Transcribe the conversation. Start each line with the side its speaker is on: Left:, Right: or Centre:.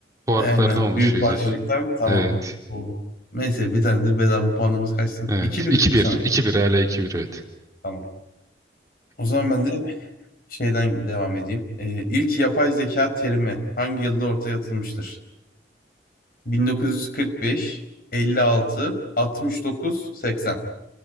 Right: kuarklardan
Left: E, Aynen.
Right: oluşuyor
Left: Büyük parçacıklar.
Right: zaten.
Left: Tamam.
Right: Evet,
Left: Oldu. Neyse bir tane de bedava puanımız kaçsın.
Right: evet.
Left: 2 bir
Right: 2 bir,
Left: şu an.
Right: iki bir. hala iki bir. evet.
Left: Tamam. O zaman ben de şeyden devam edeyim. Ee, ilk yapay zeka terimi hangi yılda ortaya atılmıştır? 1945, 56, 69, 80.